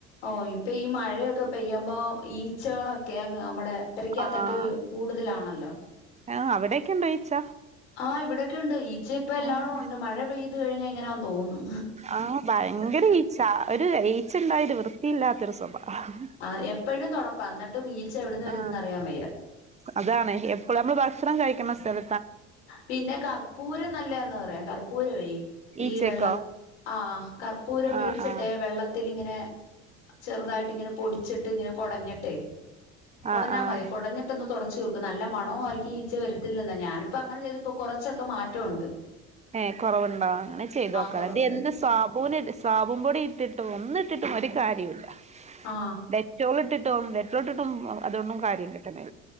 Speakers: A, on the left (about 80°); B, on the right (about 20°).
A: ഓഹ് ഇപ്പൊ ഈ മഴയൊക്കെ പെയ്യുമ്പോ ഈച്ചകളൊ ക്കെ അങ്ങ് നമ്മടെ പെരക്കാത്തൊക്കെ
B: ആഹ്
A: കൂടുതലാണല്ലോ.
B: ആഹ് അവടേയൊക്കെ ഇണ്ടോ ഈച്ച
A: ആഹ് ഇവിടെക്ക ഉണ്ട് ഈച്ച ഇപ്പ എല്ലാവടും
B: ആഹ്
A: ഉണ്ട് മഴ പെയ്ത് കഴിഞ്ഞാ ഇങ്ങനാവുന്ന് തോന്ന്.
B: ആഹ് ഭയങ്കര ഈച്ച ഒരു ഈച്ച ഇണ്ടായാ ഒര് വൃത്തിയില്ലാത്തൊരു സ്വഭ ആഹ്
A: ആ എപ്പോഴും തുടപ്പാ എന്നിട്ടും ഈച്ച എവിടുന്ന് വരുന്നെന്ന്
B: ആഹ്
A: അറിയാൻ വയ്യ
B: അതാണ്. എ പ്പളും നമ്മൾ ഭക്ഷണം കഴിക്കുന്ന സ്ഥല
A: പിന്നെ കർപ്പൂരം നല്ലയാന്ന് പറയാം, കർപ്പൂരവേ.
B: ഈച്ചക്കോ
A: ഈ വെള്ള, ആഹ് കർപ്പൂരം
B: ആഹ്
A: മേടിച്ചിട്ടേ
B: ആഹ്
A: വെള്ളത്തിലിങ്ങനെ ചെറ്തായിട്ട് ഇങ്ങനെ പൊടിച്ചിട്ട് ഇങ്ങനെ കൊടഞ്ഞിട്ടേ, കൊടഞ്ഞാ
B: ആഹ് ആഹ്
A: മതി, കൊടഞ്ഞിട്ടൊന്ന് തൊടച്ച് നോക്ക് നല്ല മണൊവാരിക്കും ഈച്ച വരുത്തില്ലെന്നാ ഞാനിപ്പ അങ്ങനെ ചെയ്ത്പ്പോ കൊറച്ചൊക്കെ മാറ്റവുണ്ട്.
B: ഏഹ് കൊറവ്ണ്ടോ അങ്ങനെ ചെയ്തോക്കാ
A: കുറവൊക്കെ
B: ലേ. ഇതെന്ത്
A: ഉണ്ട്
B: സാബൂനിത് സാബൂൻ പൊടി ഇട്ടിട്ടും ഒന്ന്ട്ടിട്ടും ഒരു കാര്യുല്ല
A: ആ
B: ഡെറ്റോള് ഇട്ടിട്ടും ഡെറ്റോളിട്ടിട്ടും അ അതൊന്നും കാര്യം കിട്ട്ണി